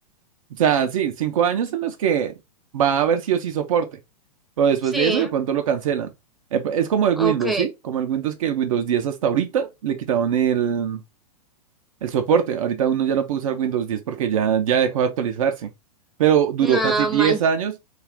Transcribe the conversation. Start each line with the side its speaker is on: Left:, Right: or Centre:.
Right: O sea, sí, cinco años en los que va a haber sí o sí soporte. Pero después
Centre: Sí,
Right: de eso, de pronto lo cancelan. Eh, pues, Es como el
Centre: ok,
Right: Windows, ¿sí? Como el Windows que el Windows diez hasta ahorita le quitaron el, el soporte. Ahorita uno ya no puede usar Windows diez porque ya, ya dejó de actualizarse. Pero duró
Centre: nada
Right: casi 10
Centre: mal.
Right: años